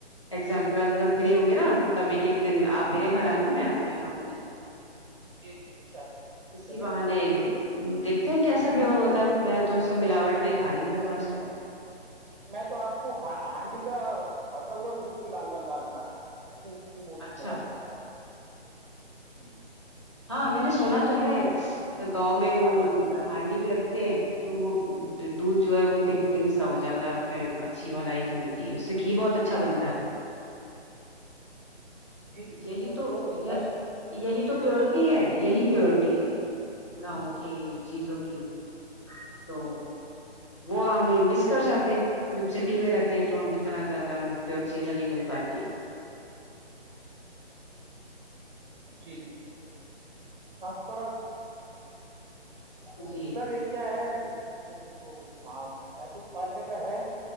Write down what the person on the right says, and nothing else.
گے جی جی ان شاء اللہ
چلیں
گے
میں تو آپ کو ہ ہانڈی کا آٹا ہوا دودھ پلاؤں گا لال لال <unintelligible> اتنی اتنی موٹی
مل اس کے ساتھ <unintelligible> جی
لال
لال ملائی
جی
ایک دم
پیور بنتا
ہے
جی جی بالکل تھوڑا رورر
ایریا ہے ایک طریقے سے تو پس پالنے کا ہے